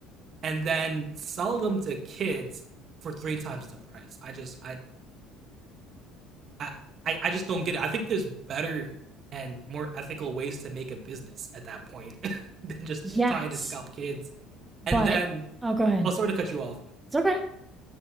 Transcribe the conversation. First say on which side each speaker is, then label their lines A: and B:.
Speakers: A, on the right; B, on the right.
A: and then sell them to kids for three times the price. I just I I I just don't get it. I think there's better and more ethical ways to make a business at that point <laughs> than just
B: Yes.
A: trying to scalp kids. And
B: But
A: then
B: oh, go ahead.
A: I'll sort of cut you off
B: It's okay.